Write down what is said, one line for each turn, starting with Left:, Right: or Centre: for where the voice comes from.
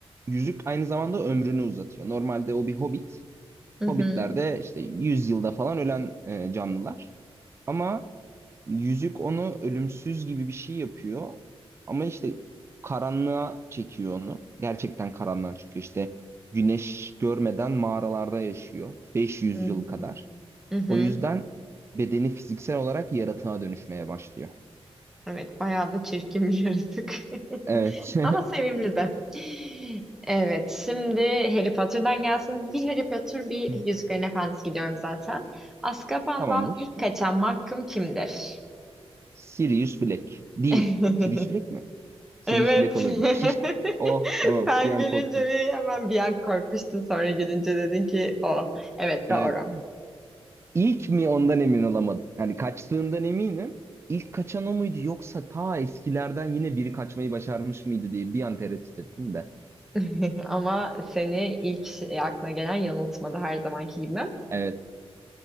Right: yüzük aynı zamanda ömrünü uzatıyor. Normalde o bir hobbit.
Centre: Hı
Right: Hobbitlerde
Centre: hı.
Right: işte 100 yılda falan ölen e, canlılar. Ama yüzük onu ölümsüz gibi bir şey yapıyor. Ama işte karanlığa çekiyor onu. Gerçekten karanlığa çekiyor. İşte güneş görmeden mağaralarda yaşıyor. 500
Centre: Hmm.
Right: yıl kadar.
Centre: Hı hı.
Right: O yüzden bedeni fiziksel olarak yaratığa dönüşmeye başlıyor.
Centre: Evet, bayağı da çirkin bir yaratık.
Right: Evet.
Centre: <laughs> Ama sevimli de. Evet, şimdi Harry Potter'dan gelsin. Bir Harry Potter, bir
Right: <laughs>
Centre: Yüzüklerin Efendisi gidiyorum zaten. Azkaban'dan
Right: Tamamdır.
Centre: ilk kaçan mahkum kimdir?
Right: Sirius Black. Değil.
Centre: <laughs>
Right: Sirius Black mi? Sirius
Centre: Evet.
Right: Black olabilir.
Centre: <laughs>
Right: <laughs> Oh tamam
Centre: Sen
Right: bir an
Centre: gülünce
Right: korktum.
Centre: bir hemen bir an korkmuştun. Sonra gülünce dedin ki o. Evet
Right: Evet.
Centre: doğru.
Right: İlk mi ondan emin olamadım. Yani kaçtığından eminim. İlk kaçan o muydu yoksa ta eskilerden yine biri kaçmayı başarmış mıydı diye bir an tereddüt ettim de.
Centre: <laughs> Ama seni ilk şey- aklına gelen yanıltmadı her zamanki gibi.
Right: Evet.